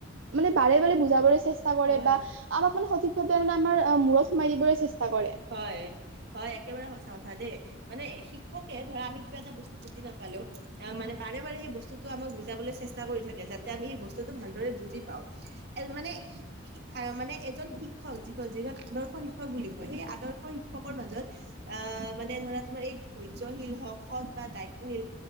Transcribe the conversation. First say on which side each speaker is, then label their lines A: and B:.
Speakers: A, on the right; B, on the right.
A: মানে বাৰে বাৰে বুজাবৰে চেষ্টা কৰে
B: হয়
A: বা আমাক মানে সঠিকভাৱে মানে আমাৰ অ মূৰত সোমাই দিবলে চেষ্টা, কৰে
B: হয় হয় একেবাৰে সঁচা কথা দেই মানে শিক্ষকে ধৰা আমি কিবা এটা বস্তু বুজি নাপা পালো অ মানে পাৰে। কেবাৰে বস্তুটো আমাক বুজাবলৈ চেষ্টা কৰি থাকে যাতে আমি সেই বস্তুটো ভালদৰে বুজি পাওঁ এ মানে হি হি তাৰ মানে এজন শিক্ষক যি যিজন আদৰ্শ শিক্ষক বুলি কয় সেই আৰ্দ আদৰ্শ শিক্ষকৰ মাজত আহ মানে ধৰা তোমাৰ এই ধৈৰ্যশীল হক সৎ বা দায়িত্বশীল।